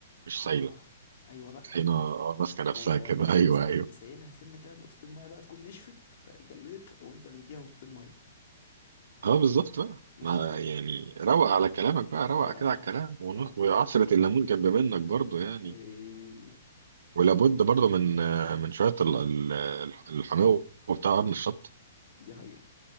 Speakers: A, on the right; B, on the left.
A: مش
B: اه
A: سايله
B: ايوه بقى
A: هنا اه ماسكه نفسها
B: ما انت
A: كده
B: هتقوم
A: <laughs>
B: بقى
A: ايوه
B: مسا-
A: ايوه
B: مسيلها سنة كده بنقطتين مية بقى تكون نشفت فجلدت فتقوم انت مديها نقطتين مية
A: اه بالظبط بقى
B: مشي
A: ما
B: الدنيا
A: يعني روق على كلامك بقى روق
B: روق
A: كده
B: على الكلام
A: على الكلام ون-
B: اه
A: وعصرة الليمون جنب منك برضو يعني
B: حلو
A: ولا بد برضه من آه، من شويه ال- ال- الح- الحموضه وبتاع ابن الشط
B: دي حقيقة